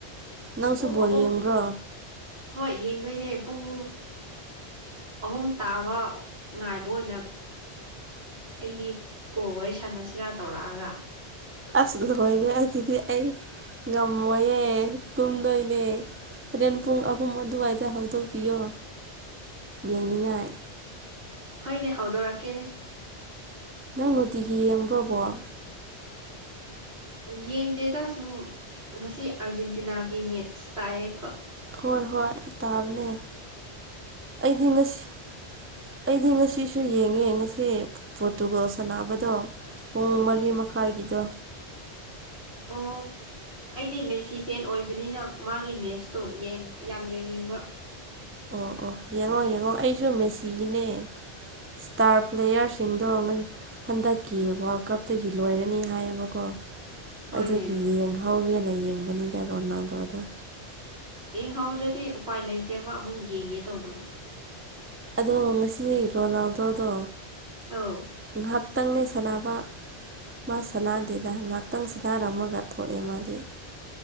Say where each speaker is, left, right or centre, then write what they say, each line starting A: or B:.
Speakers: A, on the right; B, on the right.
A: ꯑꯁ
B: ꯅꯪꯁꯨ
A: ꯄꯨꯡ
B: ꯕꯣꯜ
A: ꯑꯍꯨꯝ
B: ꯌꯦꯡꯕ꯭ꯔꯣ
A: ꯍꯣꯏ ꯌꯦꯡꯗꯣꯏꯅꯦ ꯄꯨꯡ ꯑꯍꯨꯝ ꯇꯥꯕ ꯉꯥꯏꯕ ꯑꯣꯏꯅ ꯑꯩꯗꯤ ꯀꯣꯛ ꯋꯥꯔꯤ ꯁꯥꯟꯅꯁꯤꯔꯥ ꯇꯧꯔꯛꯑꯒ
B: ꯑꯁ ꯂꯣꯏꯔ ꯑꯗꯨꯗꯤ ꯑꯩ ꯉꯝꯃꯣꯏꯌꯦꯦ ꯇꯨꯝꯗꯣꯏꯅꯦ ꯍꯣꯔꯦꯟ ꯄꯨꯡ ꯑꯍꯨꯝ ꯑꯗꯨꯋꯥꯏꯗ ꯍꯧꯗꯣꯛꯄꯤꯌꯣ ꯌꯦꯡꯅꯤꯡꯉꯥꯏ
A: ꯍꯣꯏꯅꯦ ꯍꯧꯎꯗꯣꯔꯛꯀꯦꯅꯦ
B: ꯅꯪ ꯅꯨꯡꯇꯤꯒꯤ ꯌꯦꯡꯕ꯭ꯔ ꯕꯣꯜ
A: ꯌꯦꯡꯗꯦꯗ ꯁꯨꯝ ꯉꯁꯤ ꯑꯔꯖꯦꯟꯇꯤꯅꯥꯒꯤ ꯃꯦꯠꯁ ꯇꯥꯏꯑ
B: ꯍꯣꯏ ꯍꯣꯏ ꯇꯥꯕꯅꯦ ꯑꯩꯗꯤ ꯉꯁꯤ ꯑꯩꯗꯤ ꯉꯁꯤꯁꯨ ꯌꯦꯡꯉꯦ ꯉꯁꯤ ꯄꯣꯇꯨꯒꯜ ꯁꯥꯟꯅꯕꯗꯣ ꯄꯨꯡ ꯃꯔꯤ ꯃꯈꯥꯏꯒꯤꯗ
A: ꯑꯣ ꯑꯩꯗꯤ ꯃꯦꯁꯤ ꯐꯦꯟ ꯑꯣꯏꯕꯅꯤꯅ ꯃꯥꯒꯤ ꯃꯦꯁꯇꯣ ꯌꯥꯝ ꯌꯦꯡꯅꯤꯡꯕ
B: ꯑꯣ ꯑꯣ ꯌꯦꯡꯉꯣ ꯌꯦꯡꯉꯣ ꯑꯩꯁꯨ ꯃꯦꯁꯤꯒꯤꯅꯦ ꯁꯇꯥꯔ ꯄ꯭ꯂꯦꯌꯔꯁꯤꯡꯗꯣ ꯍꯟꯗꯛꯀꯤ ꯋꯥꯔꯜ ꯀꯞꯇꯒꯤ ꯂꯣꯏꯔꯅꯤ ꯍꯥꯏꯌꯦꯕꯀꯣ
A: ꯍꯣꯏꯅꯦ
B: ꯑꯗꯨꯒꯤ ꯌꯦꯡꯍꯧꯒꯦꯅ ꯌꯦꯡꯕꯅꯤꯗ ꯔꯣꯅꯥꯎꯗꯣꯗꯣ
A: ꯌꯦꯡꯍꯧꯗ꯭ꯔꯗꯤ ꯎꯄꯥꯏ ꯂꯩꯇꯦꯕ ꯑꯃꯨꯛ ꯌꯦꯡꯒꯦ ꯇꯧꯕꯁꯨ
B: ꯑꯗꯣ ꯉꯁꯤ ꯔꯣꯅꯥꯜꯗꯣꯗꯣ
A: ꯑꯧ
B: ꯉꯥꯏꯍꯥꯛꯇꯪꯅꯦ ꯁꯅꯥꯕ ꯃꯥ ꯁꯅꯥꯗꯦꯗ ꯉꯍꯥꯛꯇꯪ ꯁꯅꯔꯝꯃꯒ ꯊꯣꯛꯑꯦ ꯃꯥꯗꯤ